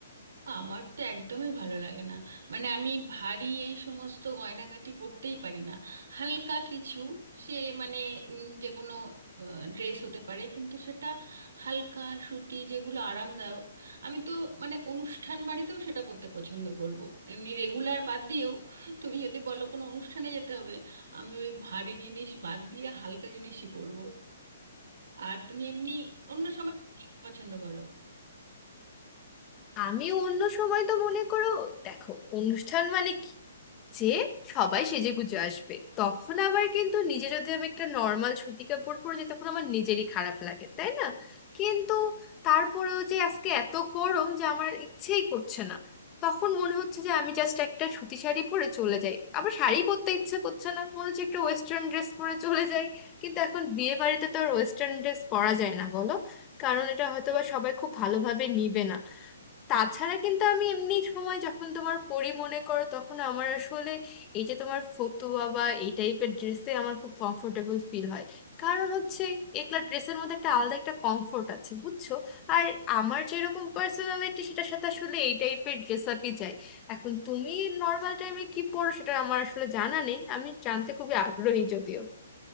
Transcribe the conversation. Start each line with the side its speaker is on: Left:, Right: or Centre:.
Right: আমার তো একদমই ভালো লাগে না মানে আমি ভারী এই সমস্ত গয়নাগাটি পরতেই পারি না হালকা কিছু সে মানে উম, যে কোনো ড্রেস হতে পারে কিন্তু সেটা হালকা সুতি যেগুলো আরামদায়ক আমি তো মানে অনুষ্ঠান বাড়িতেও সেটা পরতে পছন্দ করব এমনি রেগুলার বাদ দিয়েও তুমি যদি বলো কোনো অনুষ্ঠানে যেতে হবে আমি ওই ভারী জিনিস বাদ দিয়ে হালকা জিনিসই পরবো আর তুমি এমনি অন্য সময় কি পছন্দ করো
Left: আমি অন্য সময় তো মনে করো দেখো অনুষ্ঠান মানে কি যে সবাই সেজেগুজে আসবে তখন আবার কিন্তু নিজে যদি আমি একটা নর্মাল সুতি কাপড় পরে যাই তখন আমার নিজেরই খারাপ লাগে তাই না কিন্তু তারপরেও যে আজকে এত গরম যে আমার ইচ্ছেই করছে না তখন মনে হচ্ছে যে আমি জাস্ট একটা সুতি শাড়ি পরে চলে যাই আবার শাড়ি পরতে ইচ্ছে করছে না মনে হচ্ছে একটা ওয়েস্টার্ন ড্রেস পরে চলে যাই কিন্তু এখন বিয়ে বাড়িতে তো আর ওয়েস্টার্ন ড্রেস পরা যায় না বলো কারণ এটা হয়তো বা সবাই খুব ভালোভাবে নিবে না তাছাড়া কিন্তু আমি এমনি সময় যখন তোমার পড়ি মনে করো তখন আমার আসলে এই যে তোমার ফতুয়া বা এই টাইপের ড্রেসে আমার খুব কমফোর্টেবল ফিল হয় কারণ হচ্ছে এগুলা ড্রেসের মধ্যে একটা আলাদা একটা কমফোর্ট আছে বুঝছো আর আমার যেরকম পার্সোনালিটি সেটার সাথে আসলে এই টাইপের ড্রেস আপই যায় এখন তুমি নর্মাল টাইমে কি পরো সেটা আমার আসলে জানা নেই আমি জানতে খুবই আগ্রহী যদিও